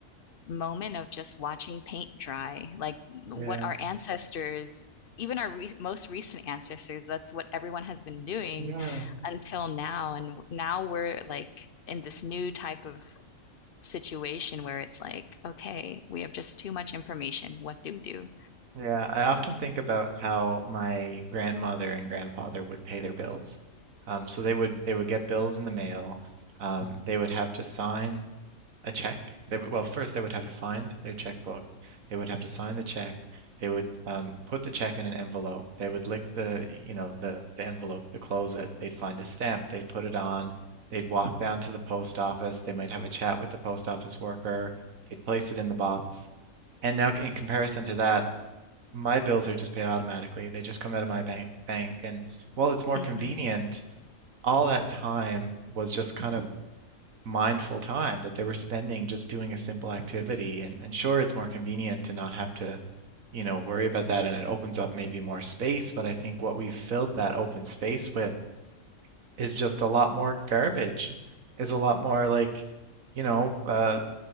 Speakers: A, on the left; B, on the right.
A: moment of just watching paint dry, like what
B: yeah,
A: our ancestors even our re most recent ancestors, that's what everyone has been doing
B: yeah,
A: until now. And now we're like in this new type of situation where it's like, okay, we have just too much information. What do we do?
B: yeah. I often think about how my grandmother and grandfather would pay their bills. Um, so they would they would get bills in the mail. Um, they would have to sign a check. They would, well, first they would have to find their checkbook. They would have to sign the check. They would um, put the check in an envelope. They would lick the, you know, the the envelope to close it. They'd find a stamp. They'd put it on. They'd walk down to the post office. They might have a chat with the post office worker. They'd place it in the box. And now, in comparison to that, my bills are just paid automatically. They just come out of my bank bank. And while it's more
A: hmm
B: convenient, all that time was just kind of mindful time that they were spending just doing a simple activity. And, and sure, it's more convenient to not have to, you know, worry about that and it opens up maybe more space. But I think what we've filled that open space with is just a lot more garbage, is a lot more like, you know, uh,